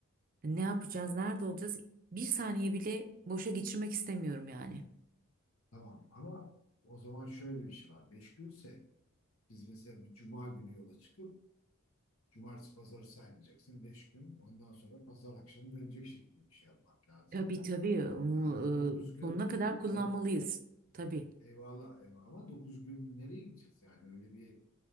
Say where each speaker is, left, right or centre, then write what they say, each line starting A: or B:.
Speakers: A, on the right; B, on the left.
A: ne yapacağız, nerede olacağız? Bir saniye bile boşa geçirmek istemiyorum yani.
B: tamam ama o zaman şöyle bir şey var. Beş günse biz mesela bir cuma günü yola çıkıp cumartesi pazarı saymayacaksın. Beş gün ondan sonra pazar akşamı dönecek şekilde bir şey yapmak lazım.
A: Tabii tabii onu
B: Yani dokuz gün
A: e, sonuna kadar kullanmalıyız.
B: tamam,
A: Tabii.
B: eyvallah eyvallah ama dokuz gün nereye gideceğiz? Yani öyle bir